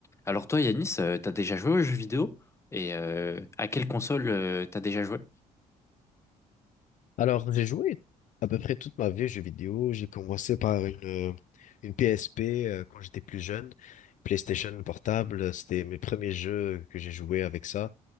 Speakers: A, on the left; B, on the left.
A: Alors toi, Yanis, euh, t'as déjà joué aux jeux vidéo? Et euh, à quelle console euh, t'as déjà joué?
B: Alors, j'ai joué à peu près toute ma vie aux jeux vidéo. J'ai commencé par une, euh, une PSP euh, quand j'étais plus jeune. PlayStation portable, euh, c'était mes premiers jeux que j'ai joué avec ça.